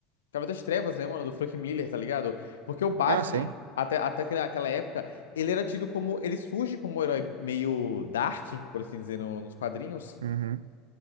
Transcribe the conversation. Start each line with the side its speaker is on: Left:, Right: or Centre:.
Left: Cavaleiro das Trevas, né, mano? Do Frank Miller, tá ligado? Porque o Batman,
Right: Ah, sim.
Left: até, até aquela aquela época, ele era tido como. Ele surge como um herói meio dark, por assim dizer, no- nos quadrinhos.
Right: Uhum.